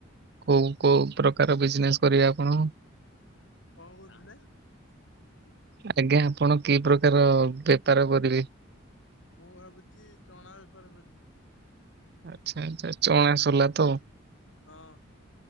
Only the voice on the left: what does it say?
କଣ କହୁଥିଲେ?
ମୁଁ ଭାବୁଛି ଚଣା ବେପାର କରିବି।
ହଁ।